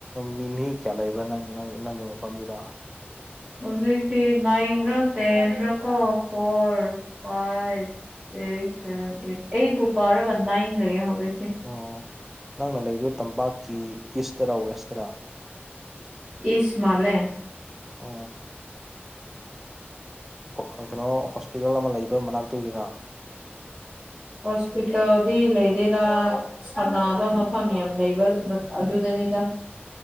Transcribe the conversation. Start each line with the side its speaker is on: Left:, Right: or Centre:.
Centre: ꯃꯤ ꯃꯤ ꯀꯌꯥ ꯂꯩꯕ꯭ꯔꯥ ꯅꯪ ꯅꯪꯒꯤ ꯃꯐꯝꯗꯨꯗ
Right: ꯍꯧꯖꯤꯛꯇꯤ ꯅꯥꯏꯟ ꯔ ꯇꯦꯟ ꯔ ꯀꯣ four five six seven eight ꯑꯩꯕꯨ ꯄꯥꯔꯒ ꯅꯥꯏꯟ ꯂꯩꯌꯦ ꯍꯧꯖꯤꯛꯁꯦ
Centre: ꯑꯣ ꯅꯪꯅ ꯂꯩꯕꯗꯣ ꯇꯝꯄꯥꯛꯀꯤ ꯏꯁꯇꯔꯥ ꯋꯦꯁꯇꯔꯥ
Right: ꯏꯁ ꯃꯜꯂꯦ
Centre: ꯎ ꯀꯩꯅꯣ <unintelligible> ꯄꯤꯒꯥꯜ ꯑꯃ ꯂꯩꯕ ꯃꯅꯥꯛꯇꯒꯤꯔꯥ
Right: ꯍꯣꯁꯄꯤꯇꯥꯜꯗꯤ ꯂꯩꯇꯦꯗ ꯁꯥꯟꯅꯕ ꯃꯐꯝ ꯌꯥꯝ ꯂꯩꯕ ꯑꯗꯨꯗꯅꯤꯗ